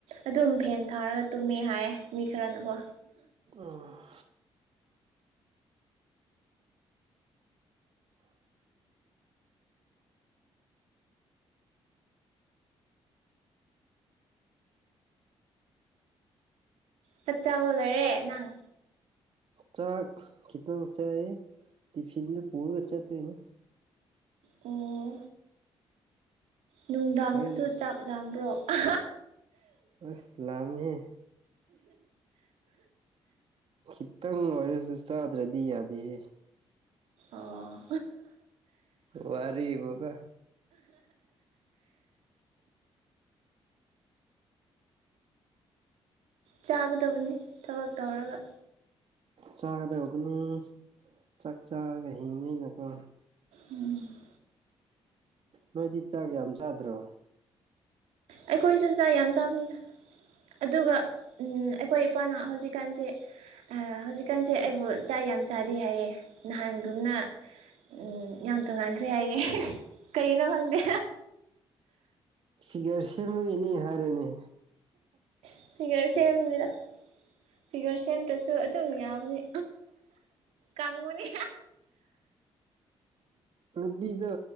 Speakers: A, on the right; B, on the right.
A: ꯑꯗꯨꯝ ꯐꯦꯟ ꯊꯥꯔꯒ ꯇꯨꯝꯃꯦ ꯍꯥꯏ ꯃꯤ ꯈꯔꯅꯀꯣ
B: ꯎꯝ
A: ꯆ ꯆꯕ ꯂꯩꯣꯏꯔꯦ ꯅꯪ
B: ꯆꯥꯛ ꯈꯤꯇꯪ ꯆꯥꯏ ꯇꯤꯐꯤꯟꯗ ꯄꯨꯔꯒ ꯆꯠꯇꯣꯏꯅꯦ
A: ꯑꯣ ꯅꯨꯡꯗꯥꯡꯗꯁꯨ
B: ꯍꯣꯔꯦꯟ
A: ꯆꯥꯛ ꯂꯥꯝꯕ꯭ꯔꯣ ꯑ
B: ꯑꯂꯝꯍꯦ ꯈꯤꯇꯪ ꯑꯣꯏꯔꯁꯨ ꯆꯥꯗ꯭ꯔꯗꯤ ꯌꯥꯗꯦꯍꯦ
A: ꯑꯣ
B: ꯋꯥꯔꯤꯕ ꯀ
A: ꯆꯥꯒꯗꯕꯅꯤ ꯊꯕꯛ ꯇꯧꯔꯒ
B: ꯆꯥꯒꯗꯧꯕꯅꯤ ꯆꯥꯛ ꯆꯥꯔꯒ ꯍꯤꯡꯕꯅꯤꯅꯀꯣ
A: ꯎꯝ
B: ꯅꯣꯏꯗꯤ ꯆꯥꯛ ꯌꯥꯝ ꯆꯥꯗ꯭ꯔꯣ
A: ꯑꯩꯈꯣꯏꯁꯨ ꯆꯥꯛ ꯌꯥꯝ ꯆꯥꯕꯤꯔꯦ ꯑꯗꯨꯒ ꯑꯩꯈꯣꯏ ꯏꯄꯥꯅ ꯍꯧꯖꯤꯛꯀꯥꯟꯁꯦ ꯍꯧꯖꯤꯛꯀꯥꯟꯁꯦ ꯑꯩꯕꯨ ꯆꯥ ꯌꯥꯝ ꯆꯥꯔꯤ ꯍꯥꯏꯌꯦ ꯅꯍꯥꯟꯒꯨꯝꯅ ꯎꯝ ꯌꯥꯝ ꯇꯣꯉꯥꯟꯈ꯭ꯔꯦ ꯍꯥꯏꯌꯦꯦ ꯀꯩꯅꯣ ꯈꯪꯗꯦ
B: ꯐꯤꯒꯔ ꯁꯦꯝꯃ ꯏꯅꯦ ꯍꯥꯏꯔꯅꯦ
A: ꯐꯤꯒꯔ ꯁꯦꯝꯕꯤꯗ ꯐꯤꯒꯔ ꯁꯦꯝꯗ꯭ꯔꯁꯨ ꯑꯗꯨꯝ ꯌꯥꯕꯅꯤ ꯀꯪꯃꯨꯅꯤ
B: ꯅꯨꯄꯤꯗ